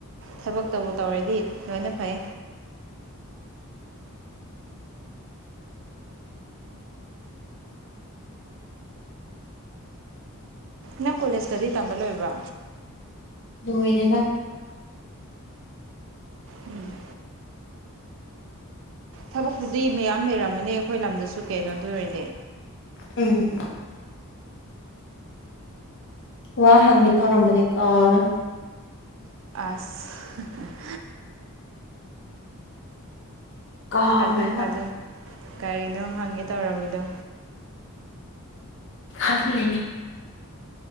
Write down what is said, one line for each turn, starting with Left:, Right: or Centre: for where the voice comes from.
Right: ꯊꯕꯛ ꯇꯧꯕꯨ ꯇꯧꯔꯗꯤ ꯂꯣꯏꯅ ꯐꯩ꯫ ꯅꯪ ꯀꯣꯂꯦꯖꯀꯗꯤ ꯇꯝꯕ ꯂꯣꯏꯕ꯭ꯔꯣ꯫
Left: ꯂ ꯑꯣꯏꯗꯒ
Right: ꯎꯝ ꯊꯕꯛꯄꯨꯗꯤ ꯃꯌꯥꯝ ꯂꯩꯔꯝꯃꯅꯤ ꯑꯩꯈꯣꯏ ꯂꯝꯗꯁꯨ ꯀꯩꯅꯣꯗ ꯑꯣꯏꯔꯗꯤ
Left: ꯎꯝ ꯋꯥ ꯍꯪꯒꯦ ꯇꯧꯔꯝꯕꯅꯦ ꯀꯔ
Right: ꯑꯁ
Left: ꯀꯥꯎꯔꯦꯕ
Right: ꯈꯜꯂꯨ ꯈꯜꯂꯨ ꯀꯒꯥꯔꯤꯅꯣ ꯍꯪꯒꯦ ꯇꯧꯔꯝꯃꯤꯗꯣ
Left: ꯈꯜ ꯂꯩꯅꯦ